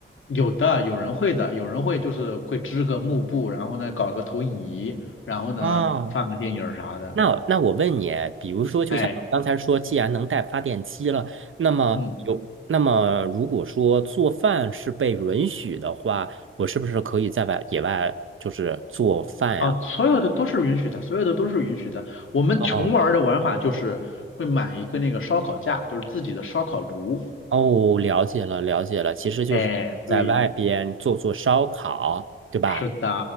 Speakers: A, on the left; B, on the right.
A: 有的，有人会的，有人会就是会织个幕布，然后呢搞个投影仪，然后呢放个电影儿啥的。
B: 啊，那那我问你，比如说，就像我刚才说，
A: 哎。
B: 既然能带发电机了，那么有，
A: 嗯
B: 那么如果说做饭是被允许的话，我是不是可以在外野外就是做饭呀？
A: 啊，所有的都是允许的，所有的都是允许的。我们穷玩儿的玩法就是会买一个那个烧烤架，
B: 哦
A: 就是自己的烧烤炉。
B: 哦，了解了，了解了，其实就是在外边做做烧烤，
A: 哎，对，
B: 对吧？
A: 是的，